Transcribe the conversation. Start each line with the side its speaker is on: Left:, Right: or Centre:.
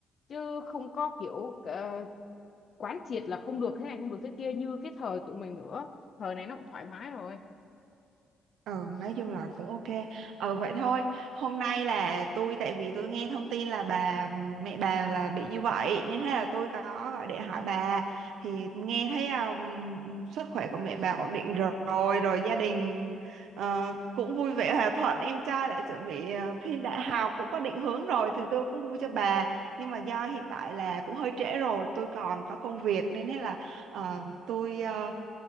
Left: chứ không có kiểu ờ, quán triệt là không được thế này không được thế kia như cái thời tụi mình nữa thời này nó cũng thoải mái rồi
Right: Ừ, nói chung là cũng ok. Ừ, vậy thôi. Hôm nay là tôi, tại vì tôi nghe thông tin là bà, mẹ bà là bị như vậy, nên thế là tôi có gọi điện hỏi bà. Thì nghe thấy um, sức khỏe của mẹ bà ổn định rồi, rồi gia đình ờ, cũng vui vẻ hòa thuận. Em trai đã chuẩn bị ờ, thi đại học, cũng có định hướng rồi, thì tôi cũng vui cho bà. Nhưng mà do hiện tại là cũng hơi trễ rồi, tôi còn có công việc, nên thế là ờ, tôi ờ,